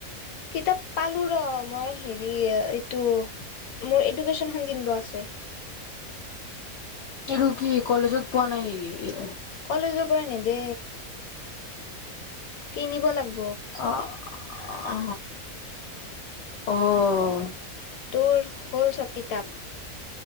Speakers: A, on the left; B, on the left.
A: কিতাপ পালো ৰ মই হেৰি ওহ এইটো মোৰ এডুকেশনখন কিনিব আছে।
B: এইটো কি কলেজত পোৱা নাই নেকি?
A: কলেজৰ পৰা নেদে। কিনিব লাগিব।
B: অ, অ অ'হ।
A: তোৰ হ'ল চব কিতাপ।